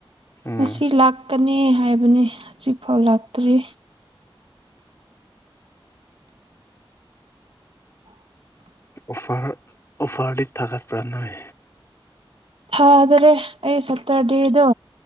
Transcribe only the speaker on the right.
ꯉꯁꯤ ꯂꯥꯛꯀꯅꯤ ꯍꯥꯏꯕꯅꯦ ꯍꯧꯖꯤꯛꯐꯥꯎ ꯂꯥꯛꯇ꯭ꯔꯤ
ꯊꯥꯗꯔꯦ ꯑꯩ ꯁꯇꯔꯗꯦꯗꯣ